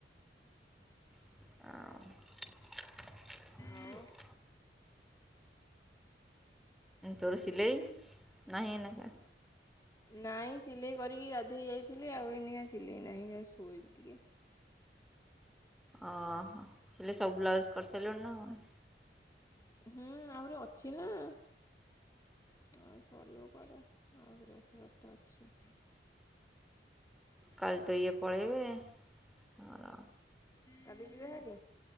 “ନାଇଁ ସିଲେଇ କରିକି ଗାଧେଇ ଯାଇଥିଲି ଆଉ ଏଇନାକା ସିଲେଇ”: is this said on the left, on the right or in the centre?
Left